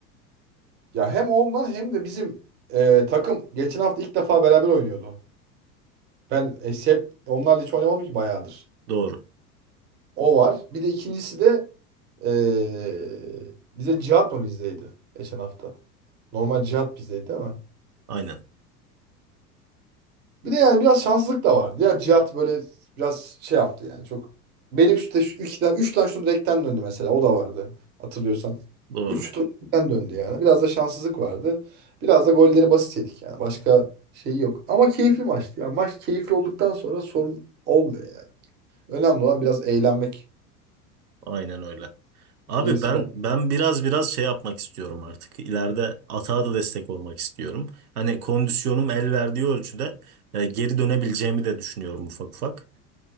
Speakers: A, on the right; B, on the right.
A: Ya hem ondan hem de bizim e, takım geçen hafta ilk defa beraber oynuyordu. Ben e, hep onlarla hiç oynamadım ki bayağıdır.
B: Doğru.
A: O var. Bir de ikincisi de eee, bize Cihat mı bizdeydi geçen hafta? Normal Cihat bizdeydi ama.
B: Aynen.
A: Bir de yani biraz şanssızlık da vardı. Ya Cihat böyle biraz şey yaptı yani çok. Benim işte şu iki tane, üç tane şutum direkten döndü mesela. O da vardı hatırlıyorsan.
B: Doğru.
A: Üç şutum direkten döndü yani. Biraz da şanssızlık vardı. Biraz da golleri basit yedik yani. Başka şey yok. Ama keyifli maçtı. Yani maç keyifli olduktan sonra sorun olmuyor yani. Önemli olan biraz eğlenmek.
B: Aynen öyle. Abi
A: Gerisi
B: ben
A: bak.
B: ben biraz biraz şey yapmak istiyorum artık. İleride atağa da destek olmak istiyorum. Hani kondisyonum el verdiği ölçüde e, geri dönebileceğimi de düşünüyorum ufak ufak.